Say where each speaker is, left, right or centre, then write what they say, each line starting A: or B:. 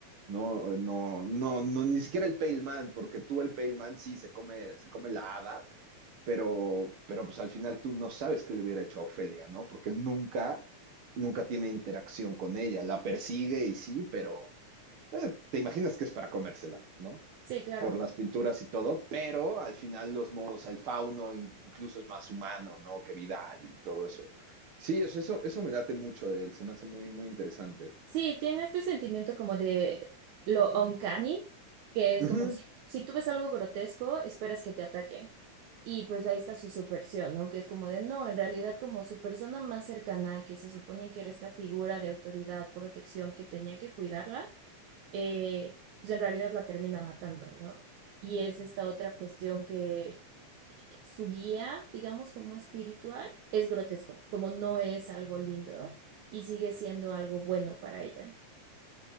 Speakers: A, on the right (about 50°); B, on the right (about 75°).
A: ¿no? No, no, no, ni siquiera el Pale Man, porque tú el Pale Man sí se come, se come la hada, pero, pero pues al final tú no sabes qué le hubiera hecho a Ofelia, ¿no? Porque nunca, nunca tiene interacción con ella, la persigue y sí, pero eh, te imaginas que es para comérsela, ¿no?
B: sí, claro.
A: por las pinturas y todo, pero al final los modos, el fauno incluso es más humano, ¿no? Que Vidal y todo eso. Sí, eso, eso, eso me late mucho de él, se me hace muy, muy interesante.
B: Sí, tiene este sentimiento como de lo uncanny, que es
A: Uh
B: como si, si tú ves algo grotesco, esperas que te ataque. Y pues ahí está su subversión, ¿no? Que es como de, no, en realidad como su persona más cercana, que se supone que era esta figura de autoridad, protección, que tenía que cuidarla, eh, pues en realidad la termina matando, ¿no? Y es esta otra cuestión que su guía, digamos, como espiritual, es grotesco, como no es algo lindo y sigue siendo algo bueno para ella.